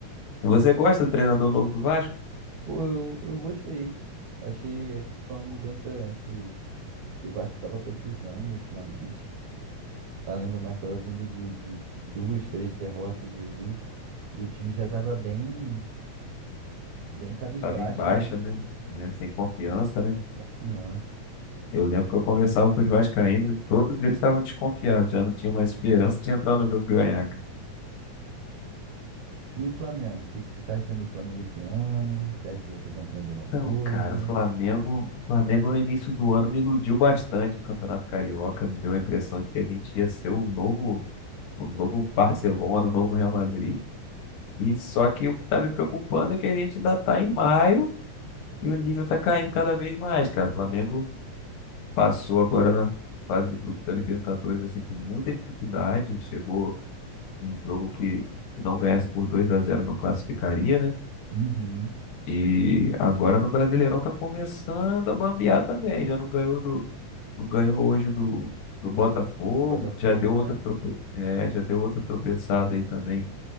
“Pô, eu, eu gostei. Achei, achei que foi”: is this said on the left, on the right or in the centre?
Right